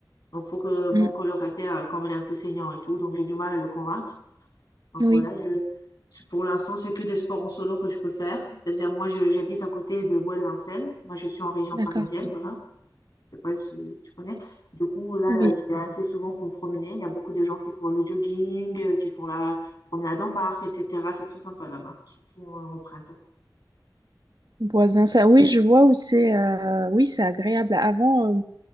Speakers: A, on the left; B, on the right.
A: Donc, il faut que mon
B: Mm.
A: colocataire, euh, comme il est un peu feignant et tout, donc j'ai du mal à le convaincre. Donc
B: Oui,
A: voilà, je, je- pour l'instant, c'est que des sports en solo que je peux faire. C'est-à-dire, moi, je- j'habite à côté de Bois de Vincennes. Moi, je suis en région
B: d'accord.
A: parisienne, voilà. Je sais pas si tu connais. Du coup, là,
B: Oui,
A: je vais assez souvent pour me promener. Il y a beaucoup de gens qui font le jogging, euh, qui font la promenade en barque, etc. C'est très sympa là-bas, surtout en au printemps.
B: bois de vin, ça. Oui, je vois où c'est. euh, Oui, c'est agréable. Avant, euh,